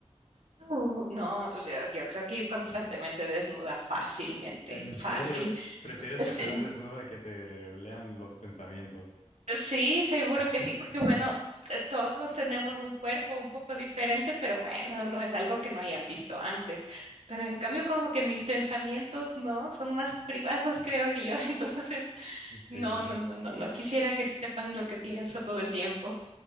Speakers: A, on the right; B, on the left.
A: Au, no, yo yo creo que ir constantemente desnuda fácilmente,
B: en serio,
A: fácil.
B: prefieres que te
A: Sí,
B: vean desnuda que te lean los pensamientos.
A: Sí, seguro
B: <laughs>
A: que sí, porque bueno, eh, todos tenemos un cuerpo un poco diferente, pero bueno, no es algo que no hayan visto antes. Pero en cambio, como que mis pensamientos no son más privados, creo yo. <laughs> Entonces,
B: Sí,
A: no, no, no, no, no quisiera que sepan lo que pienso todo el tiempo.